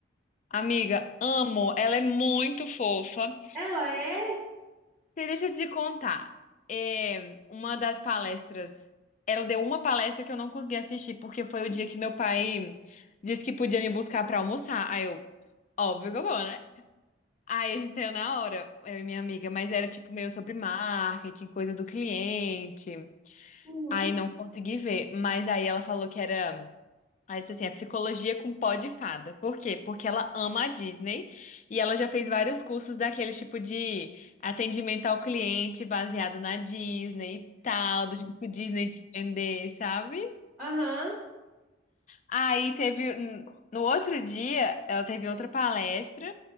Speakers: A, on the left (about 40°); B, in the centre.
A: Amiga, amo. Ela é muito fofa.
B: Ela é?
A: E deixa eu te contar. É, uma das palestras. Ela deu uma palestra que eu não consegui assistir, porque foi o dia que meu pai disse que podia me buscar pra almoçar. Aí eu, óbvio que eu vou, né? Aí a gente saiu na hora, eu e minha amiga, mas era tipo meio sobre marketing, coisa do cliente.
B: Uhum.
A: Aí não consegui ver. Mas aí ela falou que era. Aí disse assim, é psicologia com pó de fada. Por quê? Porque ela ama a Disney e ela já fez vários cursos daquele tipo de atendimento ao cliente baseado na Disney e tal, do jeito Disney de vender, sabe?
B: Aham.
A: Aí teve, hum, no outro dia, ela teve outra palestra